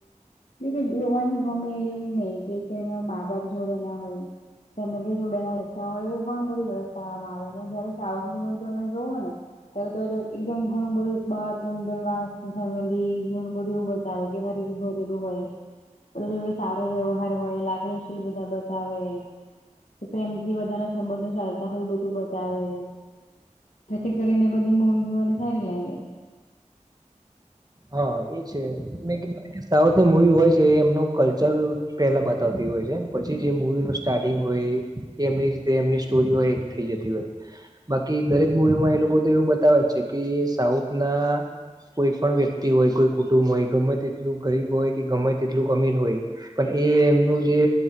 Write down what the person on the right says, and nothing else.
હા એ છે મેં ક સાઉથની મૂવી હોય છે એમનું કલ્ચર પેલા બતાવતી હોય છે પછી જે મુવી નું સ્ટાર્ટિંગ હોય. એ એમની રીતે એમની સ્ટોરી હોય એ થઈ જતી હોય. બાકી દરેક મુવીમાં એ લોકો તો એવું બતાવે જ છે કે સાઉથ ના કોઈ પણ વ્યક્તિ હોય કોઈ કુટુંબ હોય ગમે તેટલું ગરીબ હોય કે ગમે તેટલું અમીર હોય પણ એ એમનું જે